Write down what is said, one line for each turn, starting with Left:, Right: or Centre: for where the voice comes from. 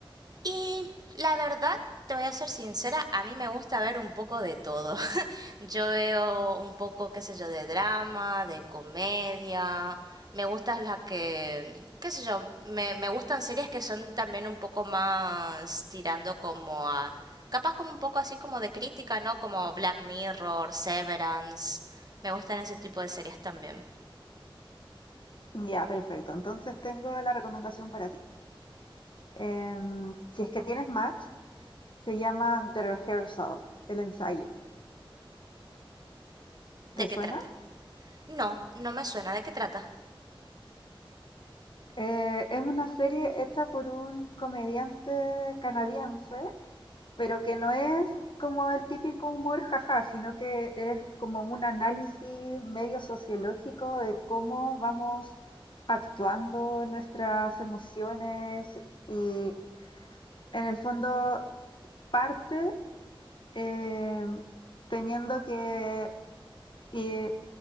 Right: Y la verdad, te voy a ser sincera, a mí me gusta ver un poco de todo. <laughs> Yo veo un poco, qué sé yo, de drama, de comedia. Me gustan las que, qué sé yo, me, me gustan series que son también un poco más tirando como a, capaz como un poco así como de crítica, ¿no? Como Black Mirror, Severance. Me gustan ese tipo de series también.
Left: Ya, perfecto. Entonces tengo la recomendación para ti. Em, si es que tienes Max, se llama The Rehearsal, el ensayo. ¿Te
Right: ¿De qué
Left: suena?
Right: trata? No, no me suena. ¿De qué trata?
Left: Eh, es una serie hecha por un comediante canadiense pero que no es como el típico humor jaja, sino que es como un análisis medio sociológico de cómo vamos actuando en nuestras emociones y en el fondo parte eh, teniendo que eh,